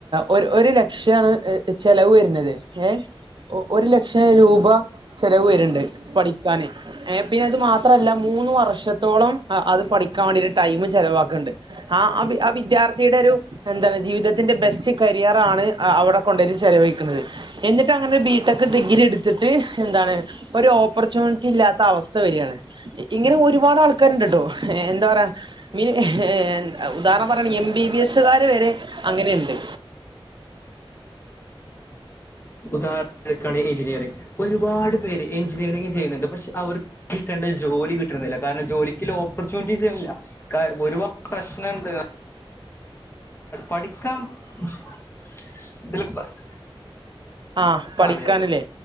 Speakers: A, on the right; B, on the left.
A: ഒര് ഒരു ലക്ഷം ചെലവ് വരുന്നത് ഏ ഒരു ലക്ഷം രൂപ ചെലവ് വര്ണ്ട് പഠിക്കാന് ഏ പിന്നെ അത് മാത്രല്ല മൂന്ന് വർഷത്തോളം അത് പഠിക്കാൻ വേണ്ടിട്ട് ടൈം ചെലവാക്കണ്ട് ആ ആ വിദ്യാർത്ഥിയുടെ ഒരു എന്താണ് ജീവിതത്തിന്റെ ബെസ്റ്റ് കരിയർ ആണ് അവിടെ കൊണ്ട ചെലവഴിക്കുന്നത് എന്നിട്ട് അങ്ങനെ ബിടെക് ഡിഗ്രി എടുത്തിട്ട് എന്താണ് ഒരു ഓപ്പർച്യൂണിറ്റി ഇല്ലാത്ത അവസ്ഥ വരിയാണ്. ഇങ്ങനെ ഒരുപാട് ആൾക്കാരുണ്ടട്ടോ എന്താ പറയാ മ ഏ ഉദാഹരണം പറയണ എം ബി ബി എസുകാാര് വരെ അങ്ങനെയുണ്ട്
B: ഉദാഹരണ എടുക്കാണങ്കി എഞ്ചിനീയറിംഗ ഒരുപാട് പേര് എഞ്ചിനീയറിംഗ് ചെയ്യുന്നുണ്ട് പക്ഷെ അവർ കിട്ടേണ്ട ജോലി കിട്ട്ണില്ല കാരണം ജോലിക്ക്ല്ല ഓപ്പർച്യൂണിറ്റീസ ഇല്ല ഒരുപാട് പ്രശ്നംണ്ട് പഠിക്കാൻ <unintelligible>
A: ആഹ പഠിക്കാനല്ലേ
B: അതെ അതെ